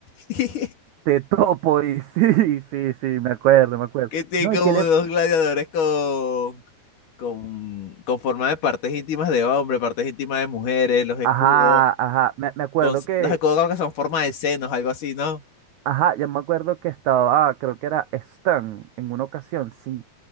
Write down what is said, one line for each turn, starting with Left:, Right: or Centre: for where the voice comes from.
Left: <laughs>
Right: Te topo y <laughs> sí, sí, sí, me acuerdo, me acuerdo.
Left: que tiene
Right: No, y
Left: como
Right: que le...
Left: dos gladiadores con, con, con forma de partes íntimas de hombre, partes íntimas de mujeres, los escudos,
Right: Ajá, ajá, me, me acuerdo
Left: con,
Right: que...
Left: los escudos como que son forma de senos, algo así, ¿no?
Right: Ajá, yo me acuerdo que estaba, ah, creo que era Stan en una ocasión, sin...